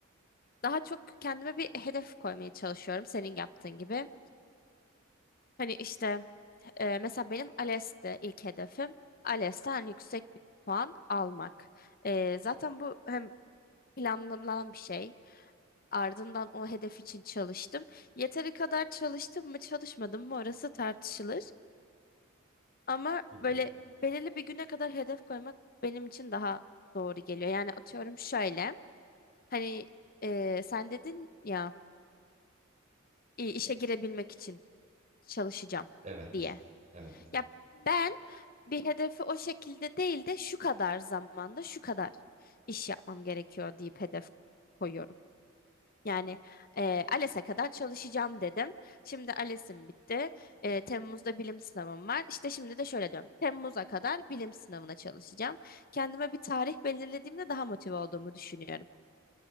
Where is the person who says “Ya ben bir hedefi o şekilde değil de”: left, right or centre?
Left